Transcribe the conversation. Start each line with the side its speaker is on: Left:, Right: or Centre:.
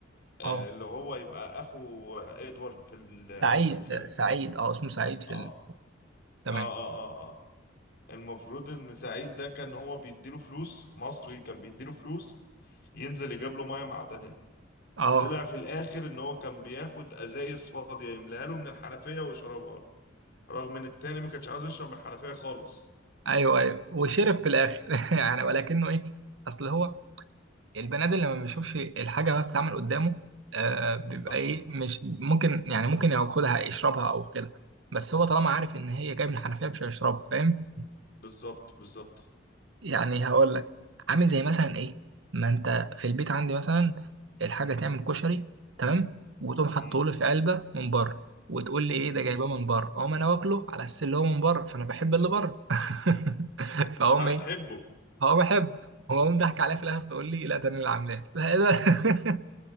Left: آه،
Right: اه
Left: اللي هو يبقى اخو ادوارد في ال-
Right: سعيد
Left: في الفيلم
Right: آه، سعيد اه اسمه سعيد في
Left: اه
Right: ال... تمام
Left: اه اه اه اه المفروض ان سعيد ده كان هو بيديله فلوس مصري كان بيديله فلوس ينزل يجيب له ميه معدنيه
Right: اه
Left: طلع في الاخر ان هو كان بياخد ازايز فاضيه يملاها له من الحنفيه ويشربها له رغم ان التاني ما كانش عاوز يشرب من الحنفيه خالص
Right: ايوه ايوه وشرف في الاخر <laughs> يعني ولكنه ايه اصل هو البني ادم لما بيشوفش الحاجه وهي بتتعمل قدامه آه بيبقى
Left: صح
Right: ايه مش ممكن يعني ممكن ياكلها يشربها او كده بس هو طالما عارف ان هي جايه من الحنفيه مش هيشربها فاهم
Left: بالظبط بالظبط
Right: يعني هقول لك عامل زي مثلا ايه ما انت في البيت عندي مثلا الحاجه تعمل كشري تمام وتقوم حاطه
Left: امم
Right: لي في علبه من بره وتقول لي ايه
Left: امم
Right: ده جايباه من بره اقوم انا واكله على اساس اللي هو من بره فانا بحب اللي بره <laughs> فاقوم
Left: فهتحبه
Right: ايه هو بحب هو قوم ضحك عليا في الاخر تقول لي لا ده انا اللي عاملاه <laughs> ده إيه ده؟